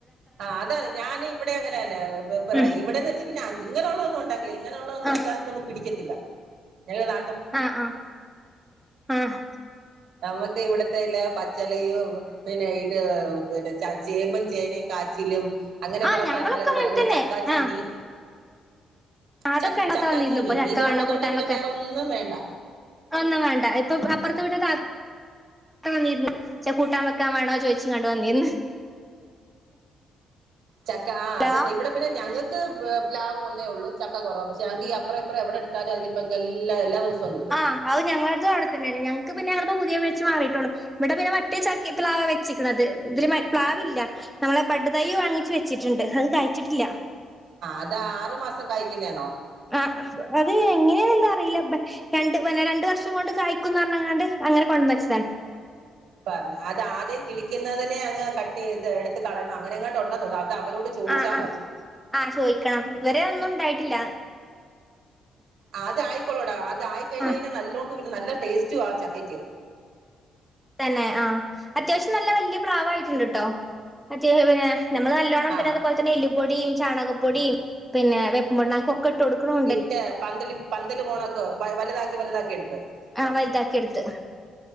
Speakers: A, on the right (about 70°); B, in the centre.
A: ആ തെ ഞാനവിടെ ങ്ങനന്നെറിയോ
B: ഉം
A: ഇവിടെന്ന് വെച്ച പിന്നെ ഇങ്ങനെയുള്ളതൊന്നും ഉണ്ടാക്കില്ല ഇങ്ങനെയുള്ളതൊന്നും
B: ആഹ്
A: എല്ലാർക്കുംന്നും പിടിക്കത്തില്ല ഞങ്ങൾ നാ
B: ആഹ് ആഹ് ആഹ്
A: നമുക്ക് ഇവിടത്തെല്ല പച്ചിലയും പിന്നെ ഇത് പിന്നെ ച ചേമ്പും ചേനയും കാച്ചിലും അങ്ങനെയൊക്കെയള്ള
B: ആഹ് ഞങ്ങളൊക്കെ
A: സാധനങ്ങളൾ എവിടെ
B: അങ്ങനെ
A: പിന്നെ
B: തന്നെ
A: ചക്ക ച്ചീനി
B: ആഹ് ആഹ് അതൊക്കെ
A: ച
B: ഇണ്ടാത്ത
A: ചക്കാച്ചീനി
B: വന്നിരുന്നു ഇപ്പൊ ചക്ക
A: ഇത്
B: വേണോ
A: ഉണ്ടെന്നുണ്ട
B: കൂട്ടാൻ
A: പിന്നെ
B: വെക്കാൻ
A: വേറൊന്നും വേണ്ട
B: ഒന്നും വേണ്ട ഇപ്പൊ അപ്പുറത്ത് വിട്ട് താത്ത വന്നിരുന്നുന്ന് ചക്ക കൂട്ടാ വെക്കാൻ വേണോച്ചച്ച് കണ്ടു വന്നിന്ന്
A: ചക്ക ആഹ്
B: ഹലോ
A: അതന്നെ ഇവിടെ പിന്നെ ഞങ്ങൾക്ക് പ്ലാവ് ഒന്നേ ഉള്ളൂ ചക്ക കുറവ് പക്ഷേ ഞങ്ങക്ക് അപ്ര ഇപ്പ്ര എവിടെ എടുത്താലേ അതില് ക്കെല്ലാം എല്ലാ ദിവസവും കിട്ടും.
B: ആഹ് ഞങ്ങളുടെ അവിടെത്തന്നാണ് ഞങ്ങൾക്ക് പിന്നെ അവിടെ പുതിയ വെച്ച് മാറിയിട്ടേള്ളു ഇവിടെ പിന്നെ മറ്റേ ചക്കി പ്ലാവ് വെച്ചക്കണത് ഇതില് പ്ലാവില്ല നമ്മളെ ബഡ് തൈ വാങ്ങിച്ച് വച്ചിട്ടുണ്ട് അത് കായ്ച്ചിട്ടില്ല
A: അത് ആറു മാസം കായ്ക്കുന്നതാ ണോ
B: ആഹ് അത് എങ്ങനെയ എന്താ അറിയില്ല പ്പ രണ്ട് പിന്നെ രണ്ടു വർഷം കൊണ്ട് കായ്ക്കുന്ന് പറഞ്ഞങ്ങാണ്ട് അങ്ങന കൊണ്ടന്ന വച്ചതാണ്.
A: പറഞ്ഞ അത് ആദ്യം കിളിക്കുന്നതിനെ അങ്ങ് കട്ട് ചെയ്ത് എടുത്തത്ത് കളയണം അങ്ങനെ അങ്ങോട്ട് ഉണ്ടെന്നോ അത് അവരോട് ചോദിച്ചാ
B: ആഹ് ആഹ്
A: മതി
B: ആഹ് ചോയിക്കണം ഇത് വരെ ഒന്നും ണ്ടായിട്ടില്ല.
A: ആഹ് അത് ആയിക്കോളോടാ അത് ആയിക്കഴിഞ്ഞയ്ഞ
B: ആഹ്
A: നല്ലോണ്ട് പിന്നെ നല്ല ടേസ്റ്റും ആഹ് ചക്കക്ക്.
B: തന്നെ ആഹ് അത്യാവശ്യം നല്ല വല്യ പ്ലാവായിട്ടുണ്ട്ട്ടോ മറ്റേ പിന്നെ നമ്മള് നല്ലോണ്ണം
A: ആഹ്
B: പിന്നെ അതുപോലെ തെ എല്ലുപൊടിം ചാണകപ്പൊടിം പിന്നെ വെപ്പ് പുണ്ണാക്ക് ഒക്കെ ഇട്ട് കൊടുക്ക്ണോണ്ട്
A: ഇട്ട പന്തല് പന്തല് പോണക്കെ വലുതാക്കി വലുതാക്കി എടുത്ത്.
B: ആഹ് വെൽത്താക്കിയെട്ത്ത്.